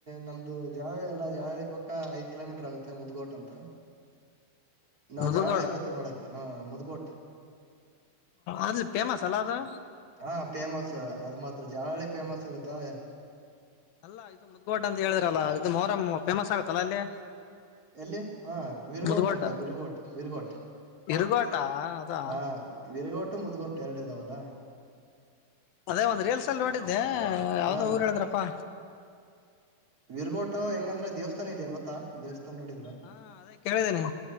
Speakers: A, on the right; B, on the left.
A: ನಮ್ದು ಜಾವಳಿ ಎಲ್ಲಾ ಜಾವಳಿ ಪಕ್ಕ ಐದ್ ಕಿಲೋಮೀಟರ್ ಆಗ ಮತ್ತ ಮುದ್ಗೋಟ್ ಅಂತ ನಾವು
B: ಮುದಗೋಡು
A: ಜಾನಳಿಗೆ ೋಗ್ತೀವಿ ನೋಡಕ ಹ ಮುದ್ಗೋಟ್
B: ಅಲ್ಲಿ ಫೇಮಸ್ ಅಲ್ಲ ಅದು
A: ಹಾ ಫೇಮಸ್ ಅದು ಮಾತ್ರ ಜಳಳಿ ಫೇಮಸ್ ಇರುತ್ತೆ ದ
B: ಅಲ್ಲಾ ಇದು ಮುದ್ಗೋಡ್ ಅಂತ ಹೇಳಿದ್ರಲ್ಲಾ ಇದು ಮೋರಂ ಫೇಮಸ್ ಆಗತ್ತಲ್ಲ ಅಲ್ಲಿ
A: ಎಲ್ಲಿ ಹ ವಿರ್ಗೋಟ್
B: ಮುದ್ಗೋಟ
A: ಅಂತ ವಿರ್ಗೋಟ್ ವಿರ್ಗೋಟ್
B: ಇರುಗೋಟ ಅದಾ
A: ಹಾ ವಿರ್ಗೋಟ್ಟು ಮುದ್ಗೋಟ್ಟು ಎರಡು ಇದಾವಲ್ಲಾ
B: ಅದೇ ಒಂದ್ ರೀಲ್ಸ್ ನೋಡಿದ್ದೆ, ಯಾವ್ದೋ
A: ಹಾ
B: ಊರ್ ಹೇಳಿದ್ರಪ್ಪಾ
A: ವಿರ್ಗೋಟ ಹೆಂಗಂದ್ರೆ ದೇವಸ್ಥಾ ದೇವಸ್ಥಾನ ಇದೇ ಗೊತ್ತಾ ದೇವಸ್ಥಾನ ನೋಡಿದ್ರ
B: ಹಾ ಅದೇ ಕೇಳಿದ್ದೀನಿ